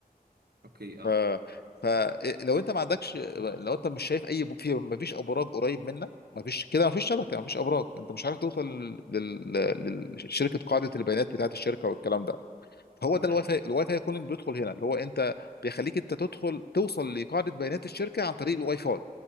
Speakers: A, on the right; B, on the left.
A: اوكي اه
B: ف فلو انت ما عندكش لو انت مش شايف اي في ما فيش ابراج قريب منك ما فيش كده ما فيش شبكه ما فيش ابراج انت مش عارف توصل لل... لشركه قاعده البيانات بتاعه الشركه والكلام ده هو
A: تمام
B: ده الواي فاي الواي فاي كولينج بيدخل هنا اللي هو انت بيخليك انت تدخل توصل لقاعده بيانات الشركه عن طريق الواي فاي